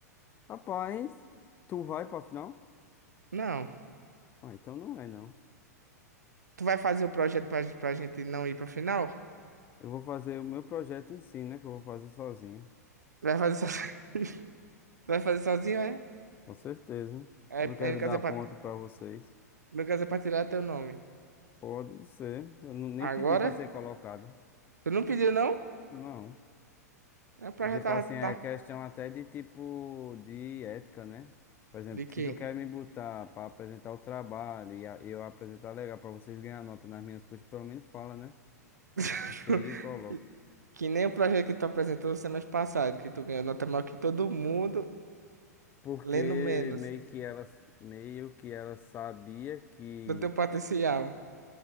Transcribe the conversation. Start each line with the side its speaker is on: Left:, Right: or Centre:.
Left: Rapaz, tu vai pra final?
Right: Não.
Left: Ah, então não é não.
Right: Tu vai fazer o projeto pra, pra gente não ir pra final?
Left: Eu vou fazer o meu projeto em si, né? Que eu vou fazer sozinho.
Right: Vai fazer só. <laughs> Tu vai fazer sozinho, é?
Left: Com certeza.
Right: É,
Left: Não
Right: é,
Left: quero
Right: no caso
Left: dar
Right: é pra,
Left: ponto pra vocês.
Right: no caso é pra tirar teu nome.
Left: Pode ser. Eu não- nem
Right: Agora?
Left: pedi pra ser colocado.
Right: Tu não pediu, não?
Left: Não.
Right: É pra
Left: E, tipo
Right: já tá,
Left: assim, é
Right: tá.
Left: questão até de tipo de ética, né? Por exemplo,
Right: De quê?
Left: se tu quer me botar pra apresentar o trabalho e a- eu apresentar legal pra vocês ganhar nota nas minhas coisas, pelo menos fala, né?
Right: <laughs>
Left: Não chega e coloca.
Right: Que nem o projeto que tu apresentou semestre passado, que tu ganhou nota maior que todo mundo,
Left: Porque
Right: lendo menos
Left: meio que ela, meio que ela sabia que
Right: do teu potencial.